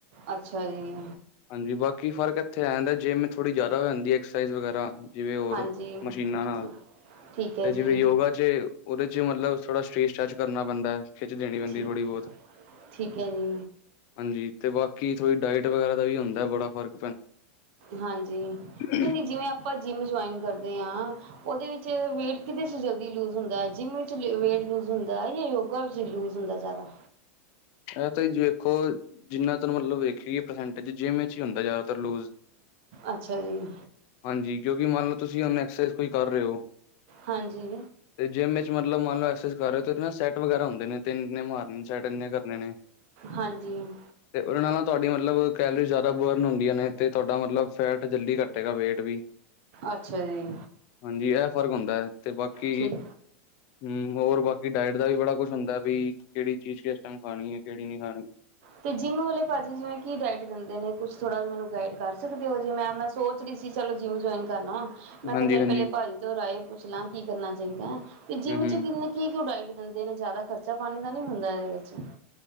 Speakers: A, on the right (about 60°); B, on the left (about 50°).
A: ਅੱਛਾ ਜੀ।
B: ਹਾਂਜੀ, ਬਾਕੀ ਫਰਕ ਇੱਥੇ ਆ ਜਾਂਦਾ ਜਿੰਮ ਥੋੜ੍ਹੀ ਜ਼ਿਆਦਾ ਜਾਂਦੀ ਐਕਸਾਈਜ਼ ਵਗੈਰਾ ਜਿਵੇਂ ਹੋਰ
A: ਹਾਂਜੀ
B: ਮਸ਼ੀਨਾਂ ਨਾਲ
A: ਠੀਕ ਠੀਕ ਹੈ
B: 'ਤੇ
A: ਜੀ
B: ਜਿਵੇਂ ਯੋਗਾ 'ਚ' ਉਹਦੇ 'ਚ' ਮਤਲਬ ਥੋੜਾ ਸਟੇਜ ਸਟੈਚ ਕਰਨਾ ਪੈਂਦਾ, ਖਿੱਚ ਦੇਣੀ ਪੈਂਦੀ
A: ਠੀਕ
B: ਥੋੜ੍ਹੀ ਬਹੁਤ
A: ਠੀਕ ਐ ਜੀ।
B: ਹਾਂਜੀ, 'ਤੇ ਬਾਕੀ ਥੋੜੀ ਡਾਇਟ ਵਗੈਰਾ ਦਾ ਵੀ ਹੁੰਦਾ ਬੜਾ ਫਰਕ
A: ਹਾਂਜੀ, ਨਹੀਂ-ਨਹੀਂ
B: ਇਹ
A: ਜਿਵੇਂ ਆਪਾਂ ਜਿੰਮ ਜੁਆਇਨ ਕਰਦੇ ਆ। ਉਹਦੇ ਵਿੱਚ ਵੇਟ ਕਿਦੇ 'ਚ ਜਲਦੀ ਲੂਜ ਏ ਜਿੰਮ ਵਿੱਚ ਵੇਟ ਲੂਜ ਏ ਜਾਂ ਯੋ- ਗਾ‌ ਵਿਚ ਲੂਜ ਹੁੰਦਾ ਦਾ ਜ਼ਿਆਦਾ।
B: ਐ ਤਾਂ ਜੀ ਵੇਖੋ। ਜਿੰਨਾ 'ਤ ਮਤਲਬ ਵੇਖਿਏ ਪ੍ਰਸੈਂਟ 'ਚ ਜਿੰਮ ਵਿੱਚ ਹੀ ਹੁੰਦਾ ਜ਼ਿਆਦਾਤਰ ਲੂਜ਼।
A: ਅੱਛਾ ਜੀ।
B: ਹਾਂਜੀ, ਕਿਉਕਿ ਮੰਨ ਲਓ ਤੁਸੀਂ ਹੁਣ ਐਕਸਰਸਾਈਜ਼ ਕੋਈ ਕਰ ਰਹੇ ਹੋ।
A: ਹਾਂਜੀ।
B: 'ਤੇ ਜਿੰਮ ਮਤਲਬਨ ਲਓ ਐਕਸਾਈਜ਼ ਕਰ ਰਹੇ ਹੋ ਉਦੇ ਨਾ ਸੈਟ ਵਗੈਰਾ ਹੁੰਦੇ ਨੇ ਤਿੰਨ ਮਾਰਨੇ ਸੈਟ ਇੰਨੇ ਕਰਨੇ। ਹੁੰਨੇ।
A: ਹਾਂਜੀ
B: 'ਤੇ ਉਹਨਾਂ ਨਾਲ ਤੁਹਾਡੀ ਮਤਲਬ ਕੈਲਰੀ ਜ਼ਿਆਦਾ ਬਰਨ ਹੁੰਦੀਆਂ ਨੇ 'ਤੇ ਤੁਹਾਡਾ ਮਤਲਬ ਫੈਟ ਜਲਦੀ ਘੱਟ ਘਟੇਗਾ ਵੇਟ ਵੀ
A: ਅੱਛਾ ਜੀ
B: ਹਾਂਜੀ, ਇਹ ਫ਼ਰਕ ਹੁੰਦਾ ਏ ਤੇ ਬਾਕੀ
A: ਠੀਕ
B: ਹਮ, ਹੋਰ ਬਾਕੀ ਡਾਇਟ ਦਾ ਵੀ ਬੜਾ ਕੁਛ ਹੁੰਦਾ ਬਈ ਕਿਹੜੀ ਚੀਜ਼ ਕਿਸ ਟੈਮ ਖਾਣੀ ਏ, ਕਿਹੜੀ ਨੀ ਖਾਣੀ।
A: 'ਤੇ ਜਿੰਮ ਵਾਲੇ ਭਾਜੀ ਜਿਵੇਂ ਕੀ ਡਾਇਟ ਦਿੰਦੇ ਨੇ। ਕੁਛ ਥੋੜਾ ਮੈਨੂੰ ਗਾਈਡ ਕਰ ਸਕਦੇ ਹੋ ਜੇ ਮੈਂ ਸੋਚ ਰਹੀ ਸੀ ਚਲੋ, ਜਿੰਮ ਜੁਆਇਨ ਕਰ ਲਵਾਂ। ਮੈਂ
B: ਹਾਂਜੀ
A: ਕਿਹਾ ਚੱਲ
B: ਹਾਂਜੀ
A: ਪਹਿਲੇ ਭਾਜੀ ਤੋਂ ਰਾਏ ਪੁੱਛਲਾਂ ਕੀ ਕਰਨਾ ਚਾਹੀਦਾ ਏ 'ਤੇ
B: ਹਮ
A: ਜਿੰਮ
B: ਹਮ
A: 'ਚ ਕਿੰਨੇ‌ ਕੀ ਕੂ ਡਾਇਟ ਦਿੰਦੇ ਨੇ ਜ਼ਿਆਦਾ ਖਰਚਾ ਪਾਣੀ ਦਾ ਨੀ ਹੁੰਦਾ ਇਹਦੇ ਵਿੱਚ।